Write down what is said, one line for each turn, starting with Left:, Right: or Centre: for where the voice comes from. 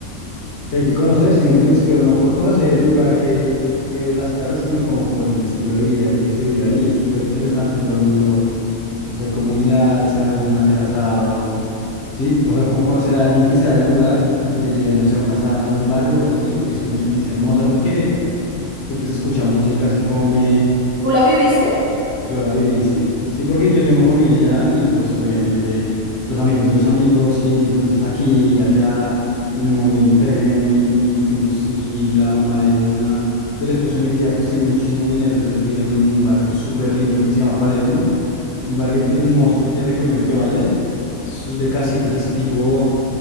Left: que hay que conocer, si me entiendes, pero no por conocer el lugar que, que las casas, sino como por el estilo de vida que se vive ahí. Es súper interesante, todo el mundo, pues hay comunidad, se reúnen a hacer asado, ¿sí? O sea, como conocer a alguien que sea del lugar y te lleven, no sé, a un asado en un barrio o algo así, es una experiencia hermosa porque siempre se escucha música, se come,
Right: ¿Tú la viviste?
Left: yo la viví, sí. Sí, porque yo tengo familia allá y pues obviamente los amigos de los amigos y entonces aquí y allá y me moví en tren y, y fuimos y la mamá de una, del esposo de mi tía pues tiene muchísimo dinero, entonces vive en un barrio súper lindo que se llama Palermo. Es un barrio hermoso que te recomiendo que vayas. Es de casitas así tipo